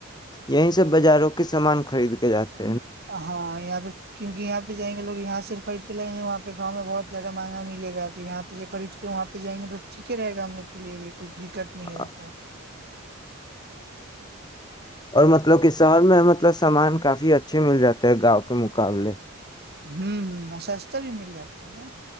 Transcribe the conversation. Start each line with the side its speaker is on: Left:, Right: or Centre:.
Left: یہیں سے بازاروں کے سامان کا <unintelligible>
Right: <unintelligible> کیونہ یہ پہ جائیں گے لو یہاں سےر خرید لیں گے وہاںہ گاؤں بہت زیادہ مہگ ملے گا تو یہ پہ پ خرید کے وہاں پہ جائیںے تو ٹھیکے گا ہم لوگ لیے بھی کچھ
Left: <unintelligible>
Right: دقت نہیں ہوتا ہے
Left: اور مطلب کہ شہر میں مطلب سامان کافی اچھے مل جاتے ہیں گاؤں کے مقابلے
Right: ہوں ہ سستا بھی مل جاتا ہے